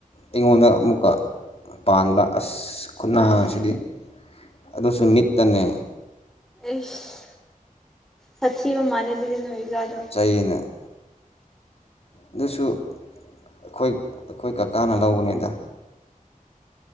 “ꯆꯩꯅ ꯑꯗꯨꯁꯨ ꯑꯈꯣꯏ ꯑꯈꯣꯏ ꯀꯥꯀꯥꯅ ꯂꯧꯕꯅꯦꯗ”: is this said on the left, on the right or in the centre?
Left